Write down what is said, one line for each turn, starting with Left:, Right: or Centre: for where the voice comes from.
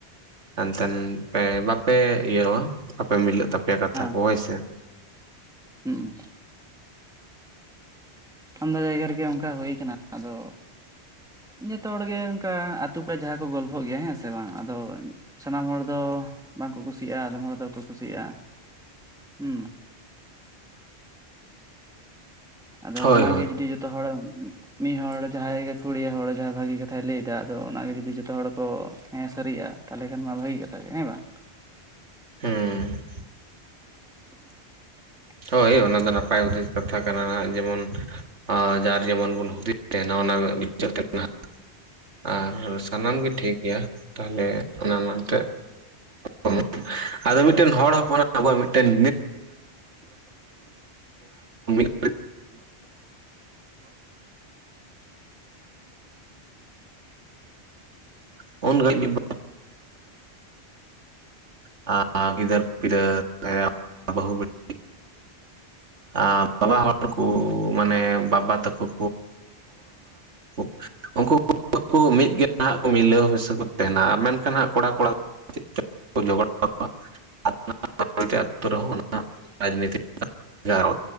Right: ᱮᱱᱛᱮᱱ ᱯᱮ ᱵᱟᱯᱮ ᱤᱭᱟᱹᱣᱟ ᱟᱯᱮ ᱢᱤᱞᱟᱹᱜ ᱛᱟᱯᱮᱭᱟ ᱠᱟᱛᱷᱟ
Centre: ᱦᱮᱸ
Right: ᱠᱚ ᱦᱳᱭᱥᱮ
Centre: ᱦᱩᱸ ᱟᱢᱫᱟ ᱡᱟᱭᱜᱟᱨᱮ ᱜᱮ ᱚᱱᱠᱟ ᱦᱩᱭ ᱠᱟᱱᱟ ᱟᱫᱚ ᱡᱚᱛᱚ ᱦᱚᱲᱜᱮ ᱚᱱᱠᱟ ᱟᱹᱛᱩ ᱠᱚᱨᱮ ᱡᱟᱦᱟᱸ ᱠᱚ ᱜᱚᱞᱯᱷᱚᱜ ᱜᱮᱭᱟ ᱦᱮᱸ ᱥᱮ ᱵᱟᱝ ᱟᱫᱚ ᱥᱟᱱᱟᱢ ᱦᱚᱲ ᱫᱚ ᱵᱟᱝᱠᱚ ᱠᱩᱥᱤᱭᱟᱜ-ᱟ ᱟᱫᱚᱢ ᱦᱚᱲ ᱫᱚᱠᱚ ᱠᱩᱥᱤᱜ-ᱟ ᱦᱩᱸ ᱟᱫᱚ
Right: ᱦᱳᱭ
Centre: ᱚᱱᱟᱜᱮ
Right: ᱦᱳᱭ
Centre: ᱡᱩᱫᱤ ᱡᱚᱛᱚ ᱦᱚᱲ ᱢᱤᱫ ᱦᱚᱲ ᱡᱟᱦᱟᱸᱭ ᱜᱮ ᱠᱷᱩᱲᱤᱭᱟᱹ ᱦᱚᱲ ᱡᱟᱦᱟᱸᱭ ᱵᱷᱟᱹᱜᱤ ᱠᱟᱛᱷᱟᱭ ᱞᱟᱹᱭ ᱮᱫᱟ ᱟᱫᱚ ᱚᱱᱟᱜᱮ ᱡᱩᱫᱤ ᱡᱚᱛᱚ ᱦᱚᱲ ᱠᱚ ᱦᱮᱸ ᱥᱟᱹᱨᱤᱭᱜ-ᱟ ᱛᱟᱞᱦᱮ ᱠᱷᱟᱱ ᱢᱟ ᱵᱷᱟᱹᱜᱤ ᱠᱟᱛᱷᱟ ᱜᱮ ᱦᱮᱸ ᱵᱟᱝ
Right: <unintelligible>
Centre: <inaudible>
Right: ᱦᱚᱭ ᱚᱱᱟ ᱫᱚ ᱱᱟᱯᱟᱭ ᱩᱫᱤᱥ ᱠᱟᱛᱷᱟ ᱠᱟᱱᱟ ᱡᱮᱢᱚᱱ ᱟᱸ ᱡᱟᱨ ᱡᱮᱢᱚᱱ ᱵᱚᱱ <inaudible> ᱛᱟᱦᱮᱱᱟ ᱚᱱᱟ ᱨᱮᱱᱟᱜ <inaudible> ᱠᱟᱱᱟ ᱟᱨ ᱥᱟᱱᱟᱢ ᱜᱮ ᱴᱷᱤᱠ ᱜᱮᱭᱟ ᱛᱟᱦᱞᱮ ᱚᱱᱟ ᱢᱟ ᱱᱤᱛᱚᱜ <inaudible> ᱟᱫᱚ ᱢᱤᱫᱴᱮᱱ ᱦᱚᱲ ᱦᱚᱞᱚᱱᱟᱜ ᱟᱵᱚᱣᱟᱜ ᱢᱤᱫᱴᱟᱹᱝ <inaudible> <inaudible> ᱩᱱ ᱜᱷᱟᱹᱲᱤᱡ ᱟ ᱟ ᱜᱤᱫᱟᱹᱨ ᱯᱤᱫᱟᱹᱨ <unintelligible> ᱟ ᱵᱟᱵᱟ ᱦᱚᱲ ᱠᱚ ᱢᱟᱱᱮ ᱵᱟᱵᱟ ᱛᱟᱠᱚ <inaudible> ᱩᱝᱠᱩ <inaudible> ᱢᱤᱫ ᱜᱮ ᱦᱟᱸᱜ ᱢᱤᱞᱟᱹᱣ ᱢᱮᱥᱟᱹ ᱥᱮ ᱠᱚ ᱛᱮᱦᱮᱱᱟ ᱟᱨ ᱢᱮᱱᱠᱷᱟᱱ ᱦᱟᱸᱜ ᱠᱚᱲᱟ ᱠᱚᱲᱟ <inaudible> <unintelligible>